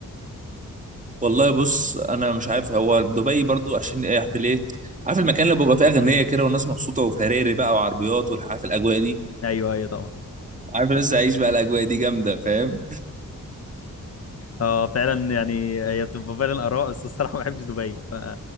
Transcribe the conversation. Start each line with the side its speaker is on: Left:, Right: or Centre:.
Right: والله بص انا مش عارف هو دبي برضو عشان ايه عارف ليه عارف المكان اللي بيبقى فيه اغنيه كده والناس مبسوطه وفراري بقى وعربيات والعارف الاجواء دي
Left: ايوه ايوه طبعا
Right: عارف الناس تعيش بقى الاجواء دي جامده فاهم
Left: اه فعلا يعني هي بتبقى فعلا اراء بس الصراحة ما بحبش دبي ف...